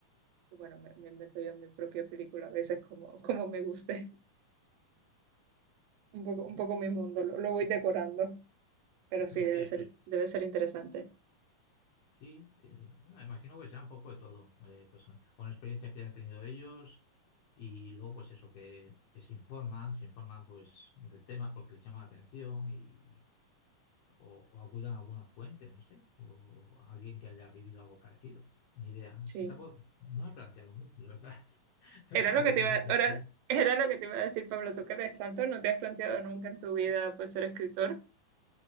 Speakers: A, on the right; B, on the left.
A: Y bueno, me, me invento yo mi propia película a veces como, <laughs> como me guste. un poco, un poco mi mundo, lo, lo voy decorando, pero sí,
B: <laughs>
A: debe
B: Sí,
A: ser, debe ser interesante.
B: Sí, te- no, me imagino que será un poco de todo, eh, pues eh, con la experiencia que han tenido ellos y luego pues eso, que, que se informan, se informan pues del tema porque les llama la atención y o, o acudan a alguna fuente, no sé, o a alguien que haya vivido algo parecido. Ni idea,
A: Sí.
B: es que tampoco, no he planteado mucho, la verdad. <laughs> No
A: Era
B: es algo
A: lo que
B: que
A: te iba,
B: viene
A: era,
B: aquí.
A: era lo que te iba a decir, Pablo, tú que lees tanto, no te has planteado nunca en tu vida pues, ser escritor.